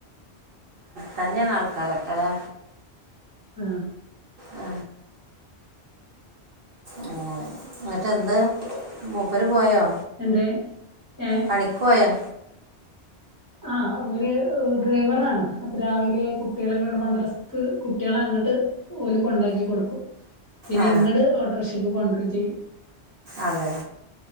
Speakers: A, on the right; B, on the left.
A: തന്നെ നാൾക്കാരൊക്കെലേ
B: ആ
A: ആ ഏ എന്നിട്ട് എന്ത് മൂപ്പര് പോയോ
B: എന്തേ ഏ
A: പണിക്കൊയൊ
B: ആ ഇവര് ഡ്രൈവറാണ് അപ്പൊ രാവിലെ കുട്ടികളെ കൊണ്ട് മദ്രസ്സ്ക്ക് കുട്ടിളെ അങ്ങട്ട് ഓല് കൊണ്ടാക്കി കൊട്ക്കും പിന്നെ
A: ആ
B: ഇങ്ങടെ ഓട്രോക്ഷ ക്ക് കൊണ്ട്റും ചെയ്യും
A: അതെ